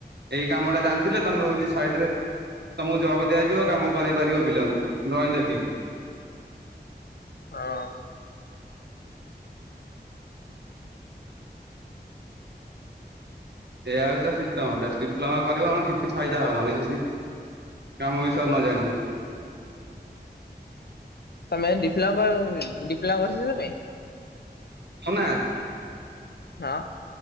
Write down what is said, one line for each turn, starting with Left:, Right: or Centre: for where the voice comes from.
Right: ଏଇ କାମଟା ଜାଣିଥିଲେ ତମେ ହଉଛି ସାଇଡ ରେ ତମକୁ ଜବ ଦିଆଯିବ କାମ କରେଇ ପାରିବ ପିଲାଙ୍କୁ ଡ୍ରଇଂ ଦେଖିକି।
Left: ହଁ।
Right: ଏୟା ହଉଛି ତା ସିଷ୍ଟମ ଟା ଡିପ୍ଲୋମା କରିବ ହଁ କିଛି ଫାଇଦା ହବନି ଯଦି କାମ ବିଷୟରେ ନ ଜାଣିବ।
Left: ତମେ ଡିପ୍ଲୋମା ଡିପ୍ଲୋମା କରିଥିଲ ତମେ?
Right: ଶନା।
Left: ନାଁ।